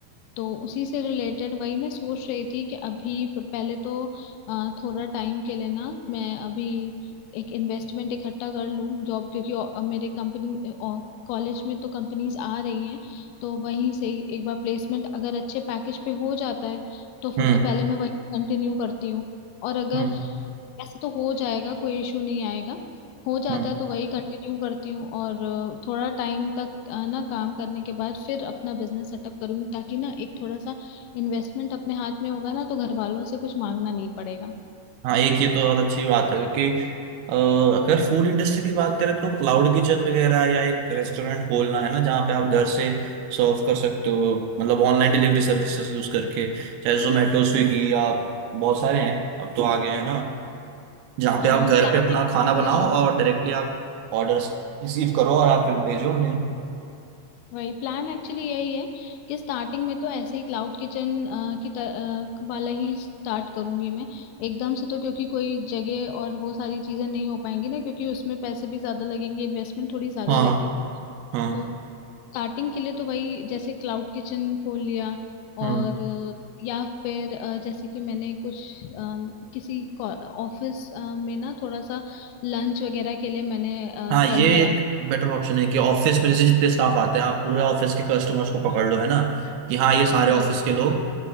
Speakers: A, on the left; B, on the right.
A: तो उसी से रिलेटेड वही मैं सोच रही थी कि अभी प- पहले तो अ, थोड़ा टाइम के लिए ना मैं अभी एक इन्वेस्टमेंट इकट्ठा कर लूँ जॉब क्योंकि अ, मेरे कंपनी कॉलेज में तो कंपनीज आ रही हैं तो वहीं से ही एक बार प्लेसमेंट अगर अच्छे पैकेज पे हो जाता है तो फिर
B: हम्म
A: तो पहले मैं वही कंटिन्यू करती हूँ और अगर
B: हम्म
A: ऐसे तो हो जाएगा कोई इशू नहीं आएगा हो जाता
B: हम्म
A: है तो वही कंटिन्यू करती हूँ और अ, थोड़ा टाइम तक अ, ना काम करने के बाद फिर अपना बिजनेस सेटअप करूंगी ताकि ना एक थोड़ा सा इन्वेस्टमेंट अपने हाथ में होगा ना तो घर वालों से कुछ मांगना नहीं पड़ेगा
B: हाँ एक ये तो बहुत अच्छी बात है क्योंकि अ, अगर फूड इंडस्ट्री की बात करें तो क्लाउड किचन वगैरह या एक रेस्टोरेंट खोलना है ना जहाँ पे आप घर से सर्व कर सकते हो मतलब ऑनलाइन डिलीवरी सर्विसेज यूज करके चाहे जोमेटो
A: हम्म,
B: स्विगी आप बहुत सारे हैं अब तो आ गए हैं ना जहाँ पे
A: हाँ
B: आप घर
A: प्लान
B: पे अपना
A: एक्चुअली
B: खाना बनाओ
A: यही है
B: और डायरेक्टली आप ऑर्डर रिसीव करो और आप फिर भेजो उन्हें
A: वही प्लान एक्चुअली यही है कि स्टार्टिंग में तो ऐसे ही क्लाउड किचन की त, अ, वाला ही स्टार्ट करूंगी मैं एकदम से तो क्योंकि कोई जगह और वो सारी चीजें नहीं हो पाएंगी ना क्योंकि उसमें पैसे भी ज्यादा लगेंगे इन्वेस्टमेंट थोड़ी ज्यादा
B: हाँ
A: लगेगी
B: हाँ
A: तो स्टार्टिंग के लिए तो वही जैसे क्लाउड किचन खोल लिया
B: हम्म
A: और अ, या फिर अ, जैसे कि मैंने कुछ अम, किसी ऑफिस में ना थोड़ा सा लंच वगैरह के लिए मैंने अ,
B: हाँ ये
A: कर लिया
B: एक बेटर ऑप्शन है कि ऑफिस में जैसे जितने स्टाफ आते हैं आप पूरे ऑफिस के कस्टमर्स को पकड़
A: हाँ
B: लो है ना कि हाँ ये सारे
A: वही
B: ऑफिस के लोग